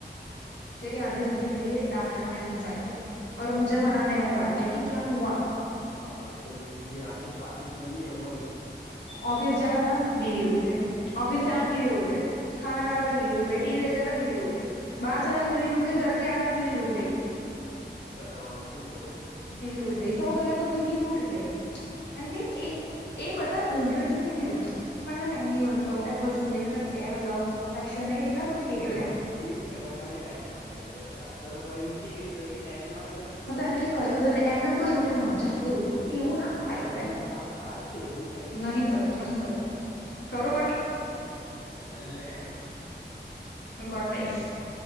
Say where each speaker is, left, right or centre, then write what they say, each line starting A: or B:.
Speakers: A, on the left; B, on the left.
A: તેરી આધી જિંદગી મેરે ડાટ ખાને મે જાયંગી. ઓર મુજે મના નહીં મેં બાદ મે કે ક્યાં હુઆ.
B: હા એટલે જિંદગી આખી આખી પૂરી એમજ.
A: ઓફિસ જા રહા હતા બીવી રુઠ ગઈ ઓફિસ સે આયા બીવી રુઠ ગઈ ખાના ખા રહા
B: હ
A: તો બીવી રુઠ ગઈ. ટીવી દેખ રહા થા બીવી રુઠ ગઈ બહાર ચલા ગયાં બીવી રુઠ ગઈ ઘર પે આયા તો બીવી રુઠ ગઈ.
B: કરવાનું શું તો પછી.
A: રૂટ સો ગયા તો બીવી રૂઠ ગઈ કારણ કે એ એ બધા. ઊંઘયો એટલે નહી રૂટી પણ એને ટાઈમ નહી મળતો એપ ચોર નુ. કેર લવ અફેક્શન નહી દેખા તું ને એટલે.
B: એમાં એમાં કાથી ટાઈમ ના મળ્યો જાગત તોય ઉઠી ગઈ તોય એ ટાઈમ ના મળ્યો.
A: હા તો એને કેઈ કર એમ કોઈ રુટી હ ચું કોઈ રુટી. એવું ના
B: હા
A: થાય હવે
B: ના થાય છે એવું થાય છે
A: નહી થતું નહી થતું. કરું કટ.
B: અલેે.
A: હું કરી દઈશ.